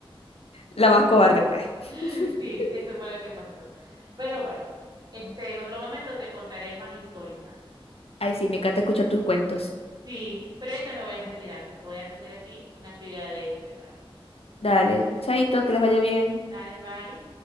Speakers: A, on the left; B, on the right.
A: La más cobarde, pues.
B: <laughs>
A: <laughs>
B: Sí, eso fue lo que pasó. Pero bueno, este, en otro momento te contaré más story time.
A: Ay, sí, me encanta escuchar tus cuentos.
B: Sí, pero ahorita me voy a retirar porque voy a atender aquí una actividad de, de Carlos.
A: Dale. Chaito, que les vaya bien.
B: Dale, bye.